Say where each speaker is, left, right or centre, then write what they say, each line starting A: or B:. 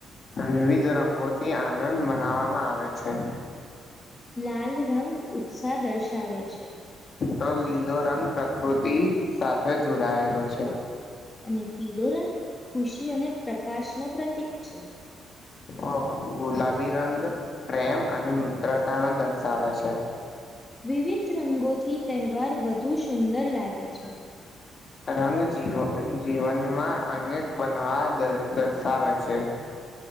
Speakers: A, on the left; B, on the left.
A: વિવિધ રંગોથી આનંદ મનાવામાં આવે છે.
B: લાલ રંગ ઉત્સાહ દર્શાવે છે.
A: તો લીલો રંગ પ્રકૃતિ સાથે જોડાયેલો છે.
B: અને પીલો રંગ ખુશી અને પ્રકાશ નો પ્રતીક છે.
A: ઓહ ગુલાબી રંગ પ્રેમ અને મિત્રતા નો દર્શાવે છે.
B: વિવિધ રંગોથી તહેવાર વધુ સુંદર લાગે છે.
A: રંગ જીવ જીવનમાં અનેક બનવા દર્શાવે છે.